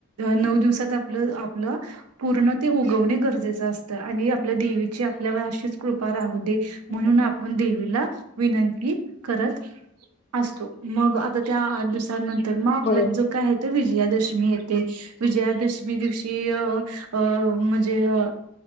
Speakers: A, on the right; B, on the left.
A: नऊ दिवसात आपलं, आपलं पूर्ण ते उगवणे गरजेचं असतं. आणि आपल्या देवीची आपल्यावर अशीच कृपा राहू दे.
B: हो
A: म्हणून
B: बरोबर
A: आपण देवीला विनंती करत असतो. मग आता त्या आठ दिवसाांनं तर मग आपल्यात
B: बरोबर
A: जो काय आहे. तर विजयादशमी येते. विजयादशमी मी दिवशी अ अ म्हणजे अ